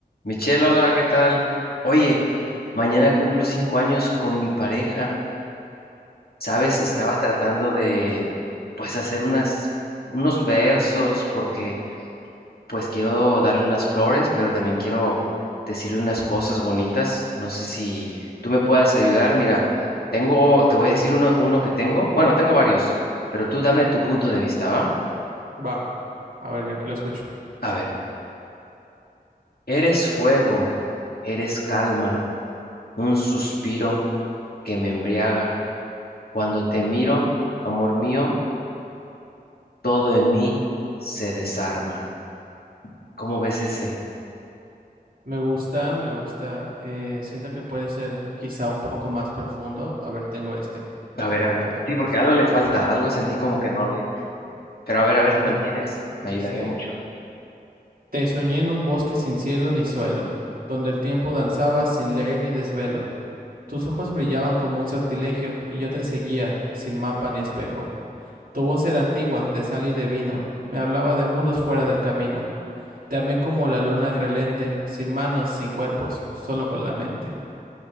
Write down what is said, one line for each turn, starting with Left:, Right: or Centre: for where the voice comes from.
Left: Michelle, hola, ¿qué tal? Oye, mañana cumplo cinco años con mi pareja. ¿Sabes? Estaba
Right: Oh,
Left: tratando de, pues, hacer unas, unos versos porque, pues, quiero darle unas flores, pero también quiero decirle unas cosas bonitas. No sé si tú me puedas ayudar. Mira, tengo, te voy a decir uno, uno que tengo. Bueno, tengo varios, pero tú dame tu punto de vista, ¿va?
Right: Va, a ver, ya aquí lo escucho.
Left: A ver, eres fuego, eres calma, un suspiro que me embriaga. Cuando te miro, amor mío, todo en mí se desarma. ¿Cómo ves ese?
Right: Me gusta, me gusta. eh, siento que puede ser quizá un poco más profundo. A ver, tengo este.
Left: A
Right: A
Left: ver,
Right: ver
Left: a
Right: qué
Left: ver.
Right: tal te parece.
Left: Sí, porque algo le falta, algo sentí como
Right: Ujú,
Left: que no le. Pero a ver, a ver,
Right: Tengo
Left: ¿cuál tienes?
Right: este que
Left: Me
Right: dice,
Left: ayudaría mucho.
Right: Te soñé en un bosque sin cielo ni suelo, donde el tiempo danzaba sin ley ni desvelo. Tus ojos brillaban como un sortilegio y yo te seguía, sin mapa ni espejo. Tu voz era antigua, de sal y de vino. Me hablaba de mundos fuera del camino. Te amé como la luna al relente, sin manos, sin cuerpos, solo con la mente.